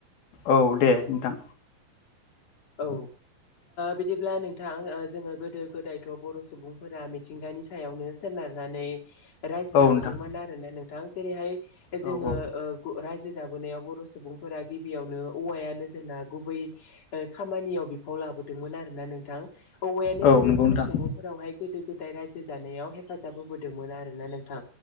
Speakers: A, on the left (about 75°); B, on the left (about 45°).
A: औ दे नोंथां।
B: औ ओ बिदिब्ला नोंथां जोङो गोदो गोदायथ बर' सुबुंफोरा मिथिंगानि सायावनो सोना नारनानै रायजो
A: औ
B: जाबोदोंमोन
A: नोंथां
B: आरोना नोंथां। जेरैहाय जोङो
A: औ औ
B: ओ गो रायजो जाबो बोनायाव बर' सुबुंफोरा गिबियावनो औवायानो जोंना गुबै खामानियाव बिफाव लाबोदोंमोन आरो ना नोंथां। औवायानो
A: औ
B: जोंनि
A: नंगौ
B: बर'
A: नोंथां
B: सुबुंफोरावहाय गोदो- गोदाय रायजो जानायाव हे फाजाब होबोदोंमोन आरो ना नोंथां।